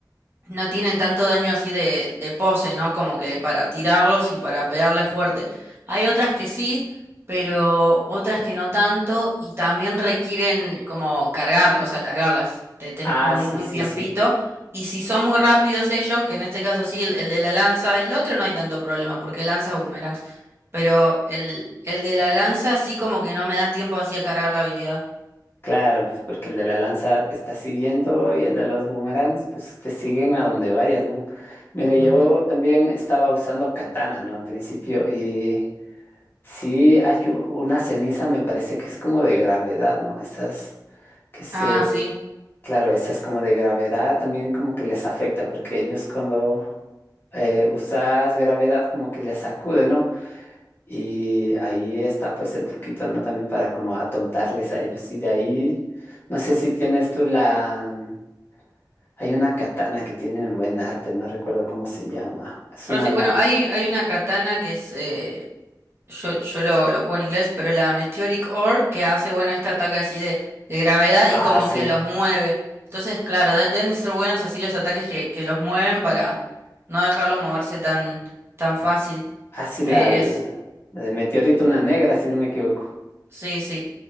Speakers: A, on the right (about 35°); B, on the left (about 30°).
A: no tienen tanto daño así de, de pose, ¿no? Como que para tirarlos y para pegarle fuerte. Hay otras que sí, pero otras que no tanto y también requieren como cargarlas, o sea, cargarlas. Te tenés
B: Ah,
A: como
B: sí,
A: un, un
B: sí,
A: tiempito.
B: sí.
A: Y si son muy rápidos ellos, que en este caso sí, el, el de la lanza, el otro no hay tanto problema porque lanza boomerangs, pero el, el de la lanza sí como que no me da tiempo así a cargar la habilidad.
B: Claro, pues porque el de la lanza te está siguiendo y el de los boomerangs, pues te siguen a donde vayas, ¿no? Mira, yo
A: Ujú.
B: también estaba usando katana, ¿no? Al principio y sí hay u- una ceniza, me parece que es como de gravedad, ¿no? Esas que se,
A: Ah, sí.
B: claro, esas como de gravedad también como que les afecta porque ellos cuando eh, usas gravedad como que les sacude, ¿no? Y ahí está pues el truquito, ¿no? También para como atontarles a ellos. Y de ahí, no sé si tienes tú la... mm, Hay una katana que tienen buen arte, no recuerdo cómo se llama. Es
A: Pero
B: una
A: sí,
B: blanca.
A: bueno, hay, hay una katana que es eh, Yo, yo lo, lo juego en inglés, pero la Meteoric Ore que hace, bueno, este ataque así de, de gravedad
B: Ah,
A: y como
B: sí.
A: que los mueve. Entonces, claro, de- deben ser buenos así los ataques que, que los mueven para no dejarlos moverse tan, tan fácil.
B: Ah, sí,
A: Eh,
B: la, la
A: es,
B: de meteorito, una negra, si no me equivoco.
A: sí, sí,